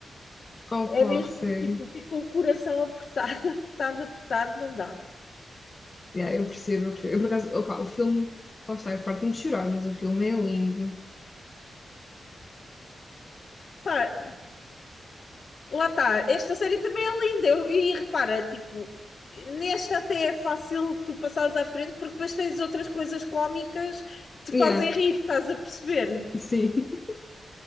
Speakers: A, on the left; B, on the left.
A: Opa,
B: É mesmo,
A: sério.
B: tipo, fica o coração apertado, <laughs> apertado, apertado, não dá.
A: Yeah, eu percebo, eu percebo. Eu, por acaso, opa, o filme, lá está, eu farto-me de chorar, mas o filme é lindo.
B: Pá, lá está, esta série também é linda. Eu- e repara, tipo, nesta até é fácil tu passares à frente porque depois tens outras coisas cómicas que
A: Yeah.
B: te fazem rir, estás a perceber?
A: Sim. <laughs>